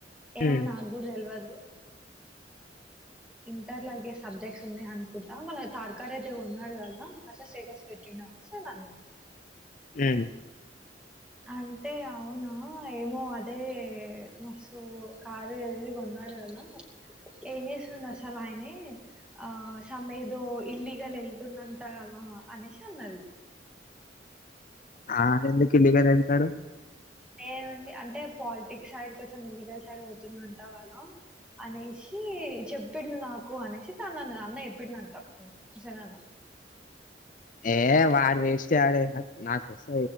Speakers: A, in the centre; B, on the left.
A: ఏమో
B: ఉమ్
A: నాకుడ తెల్వదు ఇంటర్ లాగే సబ్జెక్ట్స్ ఉన్నాయ్ అనుకుంటాం మన తర్కారు అయితే ఉన్నాడు కదా అస స్టేటస్ పెట్టిండ అనేసి నేను అన్నా
B: హుమ్
A: అంటే అవునా ఏమో అదే మసు కారు అది కొన్నాడు కదా ఏం చేస్తుండు అసలు అనీ ఆ సమ్ ఏదో ఇల్లీగల్ ఎళ్తుండంట కదా అనేసి అన్నది
B: ఆ ఆయన ఎందుకు ఇల్లీగల్ ఎళ్తాడు
A: నేనుండి అంటే పాలిటిక్స్ సైడ్ కొంచెం ఇల్లీగల్ సైడ్ పోతున్నా అంట కదా అనేసి చెప్పిండు నాకు అనేసి తను అన్నది అన్న చెప్పిండు అంటా ఉసేన్ అన్న
B: ఏ వాడ వెస్ట గాడు నాకు స